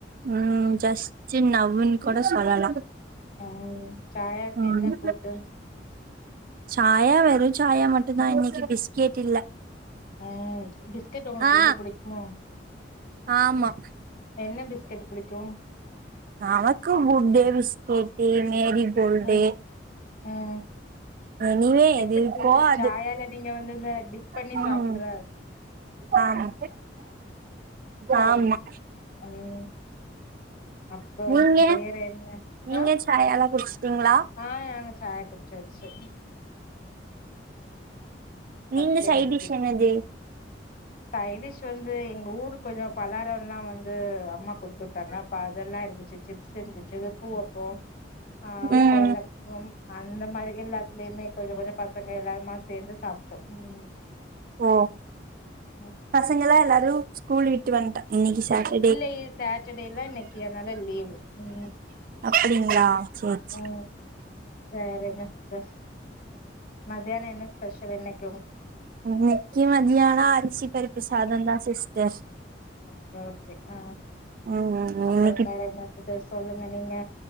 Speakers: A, on the right; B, on the left.
A: ம் ஜஸ்ட்டு நவ்வுன்னு கூட சொல்லலா
B: அ சாயாக்கு
A: ம்
B: என்ன கூட்டு
A: சாயா வெறு சாயா மட்டுந்தா இன்னக்கு பிஸ்கெட் இல்ல
B: அ பிஸ்கெட்டு உங்களுக்கு
A: ஆ
B: ரொம்ப புடிக்மோ
A: ஆமா
B: என்ன பிஸ்கெட் புடிக்கு
A: நமக்கு குட்டே பிஸ்கெட்டு மேரி கோல்டு
B: ம் ம்
A: எனிவே எது
B: எப்படி
A: இருக்கோ
B: நீங்க
A: அது
B: சாயால நீங்க வந்து இந்த டிப் பண்ணி
A: ம்
B: சாப்புடுற
A: ஆமா ஆமா
B: ம் அப்புறம்
A: நீங்க
B: வேற என்ன
A: நீங்க
B: ஆ
A: சாயலா குடிச்சிட்டீங்ளா
B: ஆ நாங்க சாயா குடிச்சாச்சி ஃபர்ஸ்ட்லயே
A: நீங்க சைட்
B: முடிஞ்சிருச்சு
A: டிஷ் என்னதே
B: சைடிஷ் வந்து எங்க ஊருக் கொஞ்ச பலாரம்லா வந்து அம்மா கொடுத்து வுட்டாங்க அப்ப அதெல்லா இருந்துச்சி சி சிந்துச்சு பூவப்போ ஆ
A: ம்
B: கொழல்ல அந்த மாரி எல்லாத்துலயுமே கொஞ்ச கொஞ்ச பசங்க எல்லாருமா சேந்து சாப்ட்டோ ம்
A: ஓ
B: ம்
A: பசங்கல்லா எல்லாரு ஸ்கூல் விட்டு வந்துட்ட இன்னிக்கி சாட்ட
B: இல்லை சாட்டர்டேல இன்னக்கி அதனால லீவு ம்
A: அப்டிங்ளா சேர் சே
B: ம் வேற என்ன சிஸ்டர் மதியானொ என்ன ஸ்பெஷல் இன்னைக்
A: இன்னக்கி மதியானோ அரிசி பருப்பு சாதந்தா சிஸ்டர்
B: ஓகே ஓகே அ
A: ம்
B: அப்பறம்
A: இன்னைக்கு
B: வேற என்ன இது சொல்லுங்க நீங்க